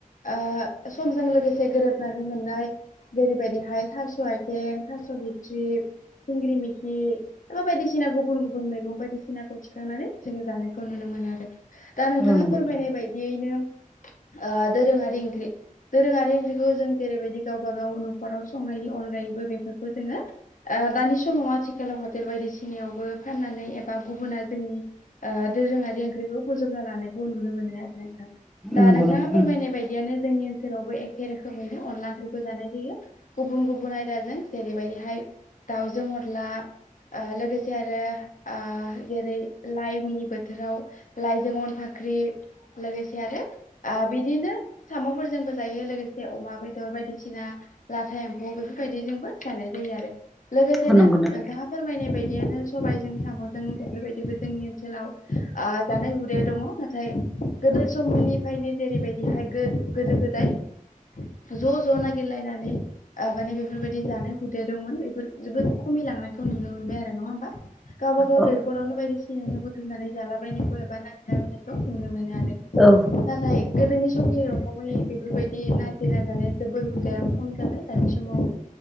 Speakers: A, on the left; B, in the centre.
A: ओ समजों लोगोसे गोरोबनानै मोननाय जेरैबायदिहाय थास हाय ओन थास बिथ्रि सिंग्रि मिखि नोङो बायदिसिना गुबुन गुबुन मैगं बायदिसिनाखौ थिखांनानै जोङो जानायखौ नुनो मोनो आरो दा नोंथाङा
B: औ नंगौ
A: फोरमायनाय
B: नोंथां
A: बायदियैनो ओ दोरोङारि ओंख्रि दोरोङारि ओंख्रिखौ जों जेरैबायदि गावबा गाव नखराव संनायनि अनगायैबो बेफोरखौ जोङो ओ दानि समाव आथिखालाव हटेल बायदिसिनायावबो फाननानै एबा गुबुना जोंनि ओ दोरोङारि ओंख्रिखौ बोजबना लानायखौ नुनो मोनो आरो नोंथां दा
B: नंगौ
A: नोंथाङा
B: नोंथां
A: फोरमायनाय बायदियानो जोंनि ओनसोलावबो एख रोखोमैनो अन्ला ओंख्रिखौ जानाय जायो। गुबुन गुबुन आयदाजों जों जेरैबायदिहाय दाउजों अनला ओ लोगोसे आरो ओ जेरै लाइ मिनि बोथोराव लाइजोअन फाख्रि लोगोसे आरो आ बिदिनो साम'फोरजोंबो जायो लोगोसे अमा बेदर बायदिसिना लाथा एम्फौ बेफोरबायदिजोंबो जानाय जायो आरो लोगोसेनो
B: औ नंगौ नोंथां
A: नोंथाङा फोरमायनाय बायदियानो सबायजों साम'जों बेफोरबायदिबो जोंनि ओनसोलाव ओ जानाय हुदाया दङ। नाथाय गोदो समनिफ्रायनो जेरैबायदिहाय गो गोदो गोदाय ज ज नागिरलायनानै ओ माने बेफ बेफोरबायदि जानाय हुदाया दंमोन बेफोर जोबोद खमायलांनायखौ नुनो मोनबाय आरो नङा होमबा गावबा गाव
B: औ
A: दै न'खरावनो बायदिसिना बुथुमनानै जालाबायनायखौ एबा नागिरला बायनायखौ नुनो मोनो आरो।
B: औ
A: नाथाय गोदोनि समनि रखमै बेफोरबायदि नागिरना जानाया जोबोर हुदाया खम जाबाय। सम ओ